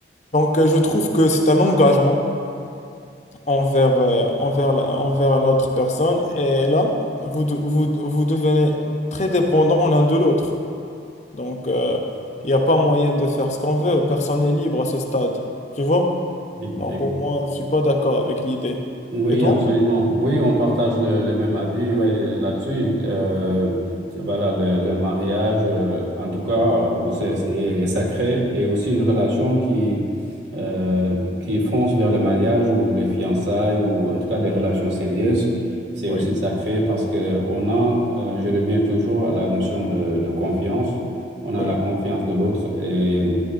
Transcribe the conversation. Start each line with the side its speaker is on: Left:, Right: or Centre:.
Left: Donc euh, je trouve que c'est un engagement envers, euh, envers la- envers l'autre personne, et là, vous, de- vous, vous devenez très dépendants l'un de l'autre. Donc euh, il n'y a pas moyen de faire ce qu'on veut, personne n'est libre à ce stade, tu vois.
Right: e-
Left: Donc pour moi, je ne suis pas d'accord avec l'idée.
Right: Oui,
Left: Et toi?
Right: absolument. Oui, on partage le, le même avis ouais, là-dessus. Euh, voilà, le, le mariage, euh, en tout cas, euh, c'est, est sacré et aussi une relation qui, euh, qui fonce vers le mariage ou les fiançailles ou en tout cas des relations sérieuses. C'est
Left: Oui,
Right: aussi sacré parce que on a, euh, je reviens toujours à la notion de, de confiance. On a
Left: oui,
Right: la confiance de l'autre et